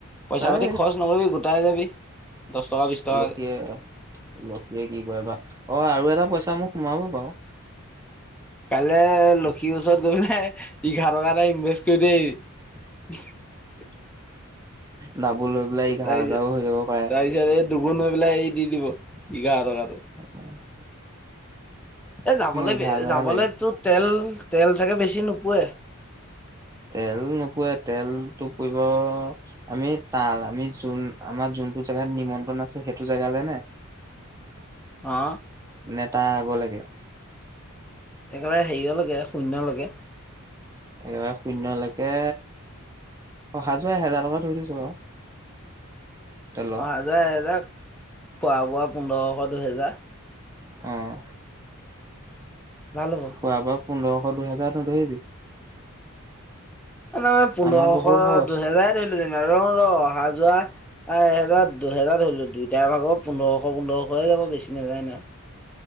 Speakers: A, in the centre; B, on the right (about 15°).
A: পইচা
B: আৰে
A: পাতি খৰচ নকৰিবি গোটাই যাবি। দহ টকা বিশ টকা।
B: লক্ষীয়ে লক্ষীয়ে কি কৰে বা অ আৰু এটা পইচা মোক সোমাব বাৰু।
A: কাইলৈ লক্ষীৰ ওচৰত গৈ পেলাই এঘাৰ টকাটা ইনভেষ্ট কৰি দেই
B: দাবোল লৈ পেলাই ই
A: তাৰপিছত
B: ঘাঁহ হাজাৰও হৈ যাব পাৰে।
A: তাৰপিছত এই দুগুণ হৈ পেলাই এই দি দিব এঘাৰ টকাত।
B: উ <inaudible>
A: এ যাবলৈ
B: এঘাৰ হাজাৰহে
A: যাবলৈতো
B: লাগে
A: তেল তেল চাগে বেছি নোপোৱে।
B: তেল নুপোৱে তেলতটো পুইব আমি তাল আমি জুন আমাৰ জ যোনটো জেগাত নিমন্ত্ৰণ আছে সেইটো জেগালে নে?
A: <inaudible> অ
B: নেতা আগ লাগে?
A: একেবাৰে হেৰিয় লাগে শূন্য লকে।
B: এইবাৰ শূনয়লৈকে অহা যোৱা এহেজাৰ টকা ধৰি দিছো আৰু। তেলৰ
A: অহা-যোৱা এহেজাৰ, খোৱা বোৱা পোন্ধৰশ দুহেজাৰ।
B: আহ
A: ভাল হ'ব
B: খোৱা বোৱা পোন্ধৰশ দুইহেজাৰ ন ধৰিবি
A: তাৰ মে পোন্ধৰশ
B: আমাৰ বহুত খৰচ
A: দুহেজাৰ ধৰিলো যেন ৰ ৰ অহা যোৱা এ এহেজাৰ দুহেজাৰ ধৰিলো দুইটাৰ ভাগৰ পোন্ধৰশ পোন্ধৰশয়ে যাব বেছি নাযায় ন